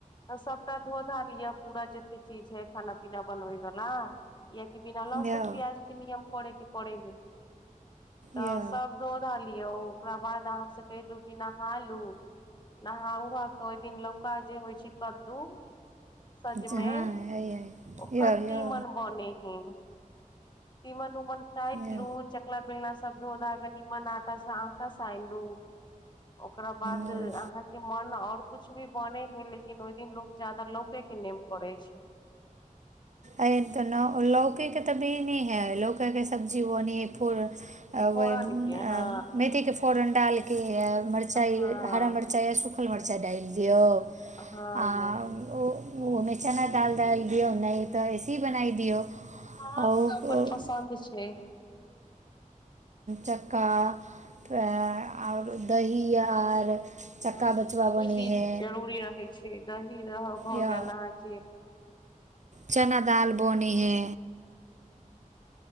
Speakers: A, on the left; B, on the right.
A: त सभटा धो धा लिअ पूरा जतेक चीज है खाना पीना बनबै बला कियाकि बिना लहसुन
B: यौ
A: प्याज के नियम करे के पड़े ह तऽ
B: यौ
A: सब धोत <unintelligible> लियौ ओकरा बाद अहाँ से कहि दू की नहा लू नहा उहा के ओहि दिन लौका जे होइ छै कद्दू सजमैन
B: ज- हँ अइ अइ
A: ओकरत
B: यौ यौ
A: तिमन बनै हइ तीमन उमन कैट
B: यौ
A: लू चकला बेलना सब धो धाके कनी मान अ आटा स आटा सैन लु ओकरा बाद
B: ओ।
A: आंहा के मन आऔर कुछ भी बने है लेकिन ओहि दिन लोग जादा लौके के नेम पड़े छै
B: एहि तऽ न लौके के तऽभी नहि हइ लौकेके सब्जी बोने हइ फूल <unintelligible>
A: फोरन के हँ
B: मेथीके <unintelligible> फोरन डालिके य मरचाइ
A: हँ
B: हरा मिरचाइ या सूखल मरचाइ डालि दिऔ आओर
A: हँ ये
B: ओ ओहोमे चना दाल डालि दिऔ नहि तऽ ऐसे बनाइ दियौ
A: हँ
B: आओर
A: तऽ अपन पसन्द छै
B: चक्का त ओर दही आर चक्का
A: ह
B: बचबा
A: दही
B: बनै
A: दिन
B: हइ
A: जरूरी रहै छै दही रह भऽ
B: या
A: गेल अहाँके
B: चना दाल बोनै है